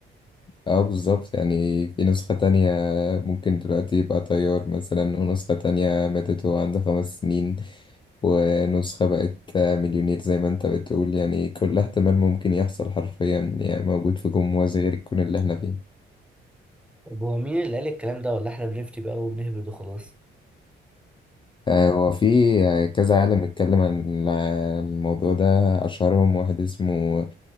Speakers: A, on the left (about 25°); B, in the centre.
A: اه بالظبط يعني في نسخة تانية ممكن دلوقتي يبقى طيار مثلا ونسخة تانية ماتت وهو عنده خمس سنين ونسخة بقت مليونير زي ما انت بتقول يعني كل احتمال ممكن يحصل حرفيا يعني موجود في جموز غير الكون اللي احنا فيه
B: طب هو مين اللي قال الكلام ده ولا احنا بنفتي بقى وبنهبد وخلاص
A: آه، هو في آه، كذا عالم اتكلم عن عن الموضوع ده أشهرهم واحد اسمه